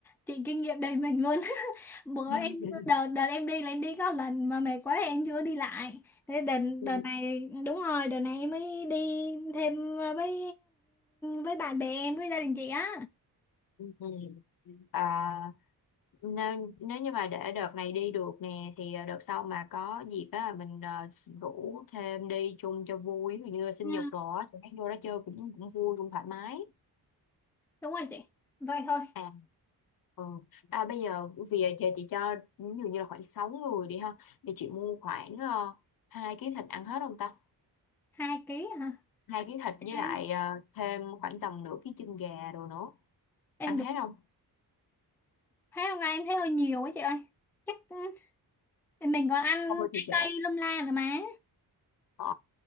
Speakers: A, in the centre; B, on the left.
A: chị kinh nghiệm đầy mình luôn <laughs> bữa
B: <laughs>
A: em đợt đợt em đi là em đi có lần mà mệt quá em chưa đi lại thế đợt
B: Ừ.
A: đợt này đúng rồi đợt này em mới đi thêm với với bạn bè em với gia đình chị á
B: Ừ. Ừ. À, nếu, nếu như mà để đợt này đi được nè thì ờ, đợt sau mà có dịp á mình ờ, rủ thêm đi chung cho vui Ví dụ như sinh
A: ừ,
B: nhật rồi á thì thấy vô đó chơi cũng cũng vui cũng thoải mái
A: đúng rồi chị vậy thôi
B: à ừ. à bây giờ vì giờ chị cho ví dụ như là khoảng 6 người đi ha thì chị mua khoảng ờ, hai ký thịt ăn hết không ta
A: hai ký hả
B: hai ký thịt
A: em,
B: với lại ờ, thêm khoảng tầm nửa ký chân gà đồ nữa
A: em
B: ăn
A: được
B: hết không
A: thấy hôm nay em thấy hơi nhiều quá chị ơi chắc ừ, Thì mình còn ăn
B: Thôi
A: trái
B: thì kệ.
A: cây lâm la nữa mà
B: Ờ,